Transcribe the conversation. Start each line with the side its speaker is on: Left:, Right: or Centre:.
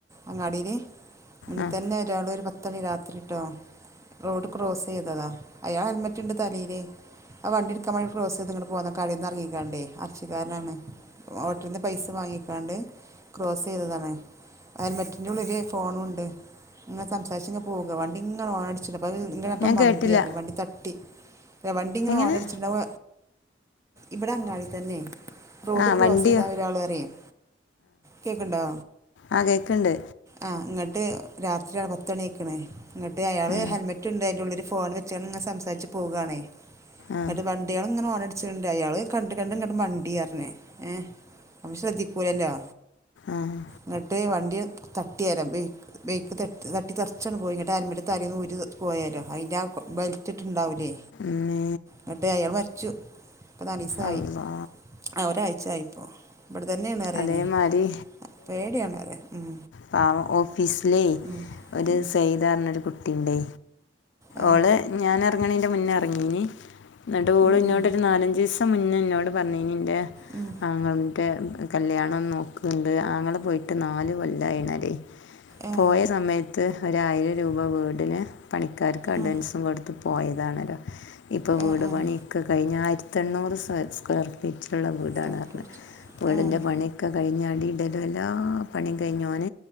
Right: അങ്ങാടിൽ മുന്നിൽ
Left: ആഹ്
Right: തന്നെ ഒരാള് ഒരു പത്ത് ണി രാത്രിട്ടോ റോഡ് ക്രോസ് ചെയ്തതാ അയാൾ ഹെൽമറ്റ് ഇണ്ട് തലെല് ആ വണ്ടിയ എടുക്കാൻ ക്രോസയ്ത് ങ്ങട്ട് പോന്ന കാടെന്നു ഇറങ്ങിങ്ങി കാണ്ടെ അർച്ചി കാരനാണ് ഹൊട്ട പൈസ വാങ്ങിക്കാണ്ട് ക്രോസ് യ്തതാണ് ഹെലമറ്റിന്റെ ഉള്ളില് ഫോണുണ്ട് ഇങ്ങനെ സംസാരിച്ച ഇങ്ങ പോക വണ്ടി ഇങ്ങന ഓണ് അടിച്ച്ണ്ട് അത് ഇങ്ങട്ട
Left: ഞാൻ
Right: മണ്ടിപറഞ്ഞു
Left: കേട്ടില്ല
Right: വണ്ടി തട്ടി വണ്ടിങ്ങനെ
Left: എങ്ങനെ
Right: ഓണടിച്ചിട്ടുണ്ടാവ ഇവിടെ അങ്ങാടി തന്നെ റോഡ്
Left: ആഹ്
Right: ക്രോസ്
Left: വണ്ടിയോ
Right: ചെയ്താൽ ഒരാള്റിയും കേക്ക്ണ്ടോ
Left: ആഹ് കേക്ക്ണ്ട്
Right: ആഹ് ഇങ്ങട്ട് രാത്രി പത്ത ണിയയ്ക്ക്ണ് ഇങ്ങട്ട് അയാള്
Left: ആഹ്
Right: ഹെൽമെറ്റ് റ്റ്ണ്ട് അയ്ന്റെുള്ളില് ഫോൺ വെച്ചണ്ട് ങ്ങനെ സംസാരിച്ച് പോകാണ്
Left: ആഹ്
Right: ന്നെട്ട് വണ്ടിയേള്ങ്ങനെ ഓണട് ച്ച്ണ്ട് അയാള് കണ്ട് കണ്ട് ഇങ്ങട്ട് മണ്ടി യർഞ്. ഏ അമൾ ശ്രദ്ധിക്കൂല്ലല്ലോ
Left: ആഹ്
Right: ങ്ങട്ട് വണ്ടി തട്ടീലൊ ബൈക്ക് ബൈക്ക് തട്ടി തട്ടി തെർച്ചാണ്ട് പോയി ങ്ങട്ട് എൽമട്ട് തലേന്ന് ഊരി പോയേ ലോ അയിൻ്റെ ആ ബെൽറ്റ്ട്ട്ണ്ടാവുലേ
Left: മ്മേ
Right: ന്നട്ട് അയാള് മര്ച്ചു ഇപ്പ നാലീസായി.
Left: അള്ളാ
Right: ആഹ് ഒരാഴ്ച ആയിപ്പോ ഇവിടെ തന്നെയണ് അറിയാനേ
Left: അതേമാരി
Right: പേടിയാണ് അറിയ ഉം
Left: പവൊ ഓഫീസിലേ
Right: ഉം
Left: ഒരു
Right: ഉം
Left: സെയദാറിന ഒരു കുട്ടിണ്ടേ
Right: ആ
Left: ഓള് ഞൻ എർങ്ങണേന്റെ മുന്നേ എർങ്ങീഞ് ന്നട്ട് ഓള്
Right: ഉം
Left: ഇനോടൊരു
Right: ഉം
Left: നാലഞ്ചസ് പ മുന്നേ എന്നോട് പറഞ്ഞീഞ് ന്റെ
Right: ഉം
Left: ആങ്ങൾന്റെ കല്യാണം നോക്ണ്ട് ആങ്ങള പോയിട്ട് നാല് കൊല്ലായിണടി
Right: ആ
Left: പോയ സമയത്ത് ഒരായിരം രൂപ വീടിന് പണിക്കാർക്ക് അഡ്വാൻസും
Right: ഉം
Left: കൊടുത് പോയതാണല്ലോ ഇപ്പോ വീട്
Right: ആഹ് ആഹ്
Left: പണിയൊക്കെ കഴിഞ് ആയിരത്ത എണ്ണൂറ് സ് സ്ക്വയർ പീച്ചിള്ള വീടാണർഞ്
Right: സർട്ടിഫിക്കറ്റ്
Left: വീടിൻന്റെ
Right: ആഹ്
Left: പണിയൊക്കെ കഴിഞ് അടിടെലും എല്ലാ പണികഴിഞ്ഞോൻ